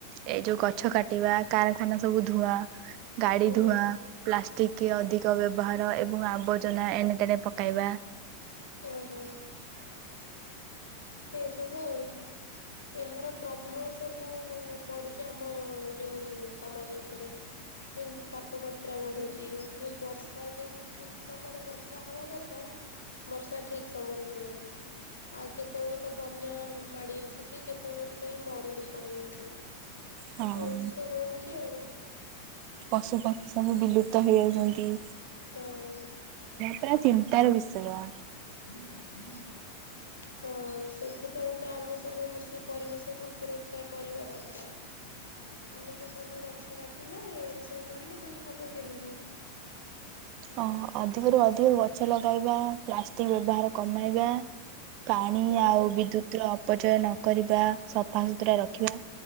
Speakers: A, on the right; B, on the left.
A: ଏଇ ଯୋଉ ଗଛ କାଟିବା କାରଖାନା ସବୁ ଧୁଆ। ଗାଡି
B: ହୁଁ
A: ଧୂଆଁ ପ୍ଲାଷ୍ଟିକ୍ କି ଅଧିକ ବ୍ୟବହାର ଏ <inaudible> ଆବର୍ଜନା ଏଣେତେଣେ ପକାଇବା।
B: ଓହୋଃ। ଏଇ ସବୁ ଆଉ। ଏହାର ପ୍ରଭାବ ସବୁ ପଡୁଚି ଆମ ଯୋଉ ସମାଜ ଉପରେ। ଏମିତି ତାପମାତ୍ରା ବଢୁଛି ଯୋଉ ବର୍ଷା ଯୋଉ ଠିକ୍ ସମୟରେ ବର୍ଷା ହବା କଥା ବର୍ଷା ଠିକ୍ ସମୟରେ ହଉନି ଆଉ କେ କେତବେଳେ ତ ବନ୍ୟା ମାଡି ଆସୁଚି କେତେବେଳେ ଟୋଟାଲି ମରୁଡି ପଡିଯାଉଚି।
A: ହଁ
B: ଏମିତି ସବୁ ହଉଚି ଆଉ।
A: ପଶୁ ପକ୍ଷୀ ସବୁ ବିଲୁପ୍ତ ହେଇଯାଉଚନ୍ତି।
B: ହଁ।
A: ପୁରା ଚିନ୍ତାର ବିଷୟ।
B: <inaudible> ହଁ ସେଥିପାଇଁ ତ ଆମେ ସବୁ ମିଶି ପରିବେଶକୁୁ ସୁରକ୍ଷା କରିବା ଦରକାର। ଆମେ ତ ସବୁ ଗଛ କାଟିବା ଏରା ସବୁ କରିବା ତାହେଲେ ହବ କେମିତି।
A: ଅ ଅଧିକରୁୁ ଅଧିକ ଗଛ ଲଗାଇବା, ପ୍ଲାଷ୍ଟିକ୍ ବ୍ୟବହାର କମାଇବା। ପାଣି
B: ହଁ
A: ଆଉ ବିଦ୍ୟୁତର ଉପଚୟ ନକରିବା, ସଫା ସୁତୁରା ରଖିବା